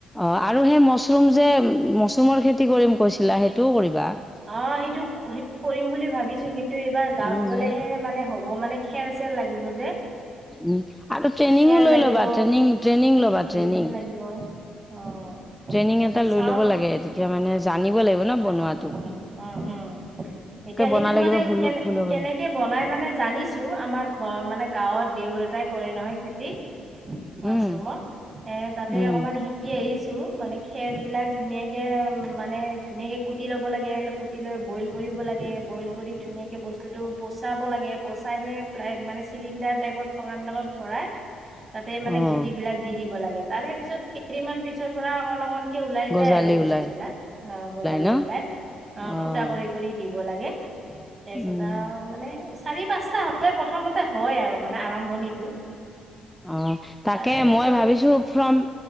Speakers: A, in the centre; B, on the right.
A: অ, আৰু সেই মছৰুম যে মছৰুমৰ খেতি কৰিম কৈছিলা সেইটোও কৰিবা।
B: অ, সেইটো -সেইটো কৰিম বুলি ভাবিছো কিন্তু এইবাৰ গাঁৱত
A: উম,
B: গ'লেহে মানে হ'ব মানে খেল চেৰ লাগিব যে।
A: উম, আৰু ট্ৰেইনিঙো
B: খেৰ
A: লৈ
B: লাগিব
A: ল'বা ট্ৰেইনিং -ট্ৰেইনিং ল'বা
B: বিধান
A: ট্ৰেইনিং।
B: লাগিব অ',
A: ট্ৰেইনিং
B: সেইটো
A: এটা লৈ
B: চাও
A: ল'ব লাগে
B: কি
A: তেতিয়া মানে জানিব লাগিব ন' বনোৱা
B: অ', অ', অ', এতিয়া সেইটো
A: বনালে
B: মানে,
A: কিবা ভুলো
B: কেনে
A: ভুল হ'ব
B: কেনেকে
A: পাৰে।
B: বনাই মানে জানিছো, আমাৰ ঘৰ মানে গাঁৱত দেউ গৰু এটাই কৰে নহয় খেতি, মাছৰুমৰ
A: উম,
B: এহ তাতে
A: উম,
B: অকমান শিকি আহিছো মানে খেৰ বিলাক ধুনীয়াকে উহ, মানে ধুনীয়াকে কুটি লব লাগে, কুটি লৈ বইল কৰিব লাগে বইল কৰি ধুনীয়াক বস্তুটো পচাব লাগে, পচাইহে মানে চিলিণ্ডাৰ টাইপত বিলাকত ভৰাই তাতে মানে
A: অ',
B: গুটি বিলাক দি দিব লাগে, তাৰে পিছত কেইদিনমান পিছৰ পৰা অকণ অকণ একে ওলাই
A: গজালি
B: যায় আৰু বস্তু
A: ওলাই
B: বিলাক, অহ গজালি
A: ন?
B: ওলাই, আহ
A: অ',
B: ফুটা কৰি কৰি দিব লাগে তেজ এটা
A: উম,
B: মানে চাৰি পাঁচটা হলে প্ৰথমতে হয় আৰু মানে আৰম্ভণিটো
A: অহ তাকে
B: তাৰে পিছত
A: মই ভাবিছো, ফৰ্ম